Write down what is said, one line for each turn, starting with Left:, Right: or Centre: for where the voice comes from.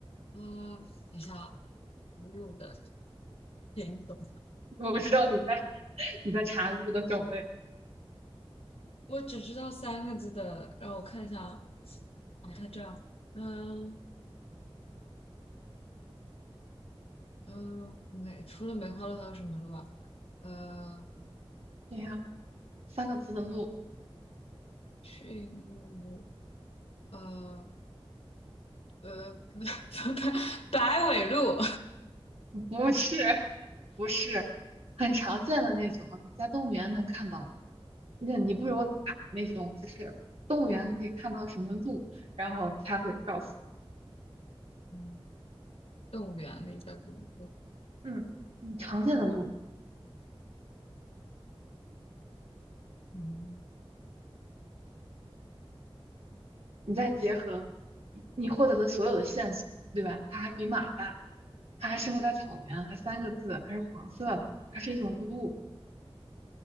Left: 啊、等一下啊，鹿的品种，
Right: 我知道你在 <laughs> 你在查鹿的种类。
Left: 我只知道三个字的，让我看一下啊，哦，它这儿，嗯嗯，梅除了梅花鹿还有什么鹿啊？呃，
Right: 对呀，三个字的鹿，
Left: 驯鹿，呃呃，不不不，白尾鹿，
Right: 不是不是，很常见的那种，你在动物园能看到那你不如打那种，就是动物园可以看到什么鹿，然后他会告诉
Left: <laughs> 动物园里的鹿，
Right: 嗯嗯，常见的路，
Left: 嗯
Right: 你再结合你获得的所有的线索，对吧？它还比马大，它还生活在草原，还三个字，还是黄色的，它是一种鹿。